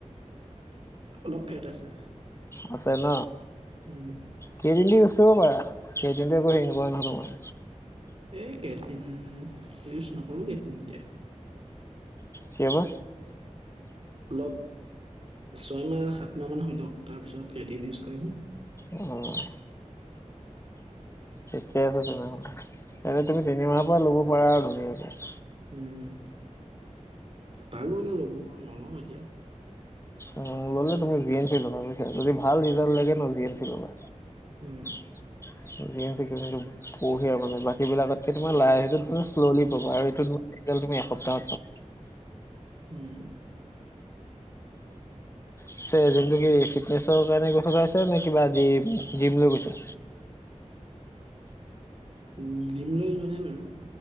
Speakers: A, on the right; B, on the left.
A: অলপ ফেট আছে।
B: আছে ন।
A: উম।
B: ক্ৰিয়েটিনটো ইউজ কৰিব পাৰা ক্ৰিয়েটিনটো একো হেৰি নকৰে নহয় তোমাৰ।
A: এই ক্ৰিয়েটিন ইউজ নকৰো ক্ৰিয়েটিন এতিয়া।
B: কিয় বা?
A: অলপ ছয়মাহ সাত মাহমান হয় লওক তাৰপিছত ক্ৰিয়েটিন ইউজ কৰিম।
B: অহ'। ঠিক আছে তেনেহলে, তেনে
A: অ
B: তুমি তিনিমাহৰ পৰা ল'ব পাৰা আৰু ধুনীয়াকৈ।
A: উম পাৰো এনে লব, নলওঁ এতিয়া।
B: উম ল'লে তুমি জি এন চি ল'বা বুজিছা যদি ভাল ৰিজাল্ট লাগে ন জি এন চি ল'বা।
A: উম।
B: জি এন চি ক্ৰিয়েটিনটো বঢ়িয়া মানে বাকী বিলাকতকে তোমাৰ লাই সেইটো শ্ললি পাবা আৰু এইটো ৰিজাল্ট তুমি এসপ্তাহত পাবা।
A: উম।
B: পিছে জিমটো কি ফিটনেছৰ কাৰণে গৈ থকা হৈছে নে কিবা দিম ড্ৰীম লৈ গৈছা?
A: উম ড্ৰীম লৈ যোৱা নাই বাৰু।